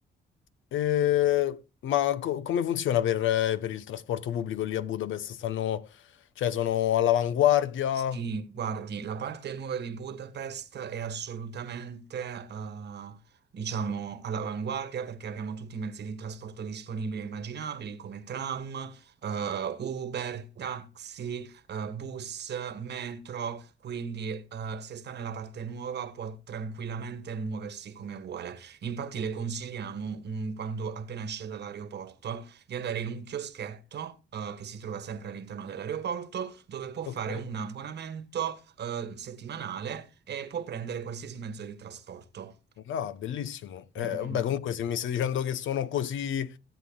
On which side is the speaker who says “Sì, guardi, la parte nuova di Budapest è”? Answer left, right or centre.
Right